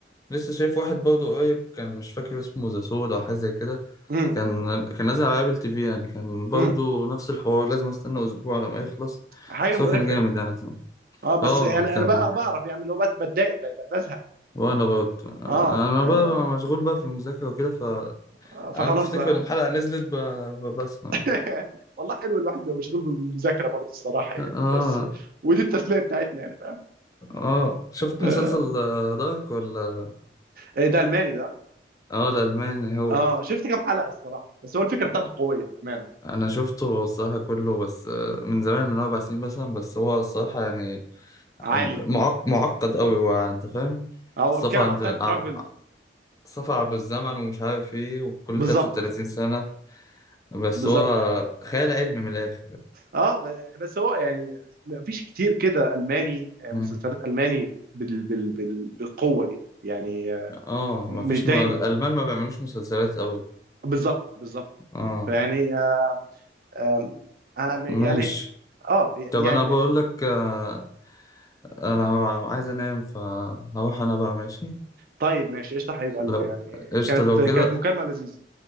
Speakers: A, on the left; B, on the right.
A: لسه شايف واحد برضه قريب كان مش فاكر اسمه ذا سود او حاجه زي كده
B: امم
A: كان كان نازل على ابل تي في يعني كان برضه
B: امم
A: نفس الحوار لازم استنى اسبوع على ما يخلص
B: حاجه
A: بس
B: مقرفه
A: هو كان جامد
B: يعني
A: يعني زمان.
B: اه بس
A: اه
B: يعني انا
A: كان
B: بقى بعرف يعني اللي هو بت- بتضايق ب- ب- بزهق
A: وانا برضه
B: اه
A: انا
B: فلا
A: بقى بقى مشغول بقى في المذاكره وكده ف
B: آه، فخلاص
A: انا بفتكر
B: بقى
A: الحلقه نزلت ب... ب- بسمع
B: <laughs> والله حلو الواحد بيبقى مشغول بالمذاكره برضه الصراحه يعني
A: اه
B: بس ودي التسليه بتاعتنا يعني
A: اه شفت
B: فاهم
A: مسلسل آه، دارك ولا
B: إيه ده الماني ده
A: اه الألماني هو
B: اه شفت كام حلقه الصراحه بس هو الفكره بتاعته قويه بامانه يعني
A: أنا شفته الصراحة كله بس آه، من زمان من أربع سنين مثلا بس هو الصراحة يعني
B: عالي
A: معق... معقد أوي هو أنت فاهم
B: هو
A: السفر
B: بيتكلم
A: عند
B: على التايم
A: عم-
B: ترافل
A: السفر عبر الزمن ومش عارف إيه وكل
B: بالظبط
A: 33 سنة بس
B: بالظبط
A: هو خيال علمي من الآخر
B: اه ب- بس هو يعني مفيش كتير كده الماني آه،
A: مم.
B: مسلسلات الماني بال بال بال بالقوه دي يعني آه،
A: اه
B: مش
A: مفيش
B: دايما
A: م... الألمان ما بيعملوش مسلسلات أوي
B: بالظبط بالظبط
A: اه
B: فيعني آم، آم، آم، يعني
A: ماشي
B: اه يعني
A: طب أنا بقول لك آه، انا عايز انام فهروح انا بقى ماشي
B: طيب ماشي قشطه حبيب قلبي
A: لو
B: يعني
A: قشطة
B: كانت
A: لو
B: كانت
A: كده
B: مكالمه لذيذه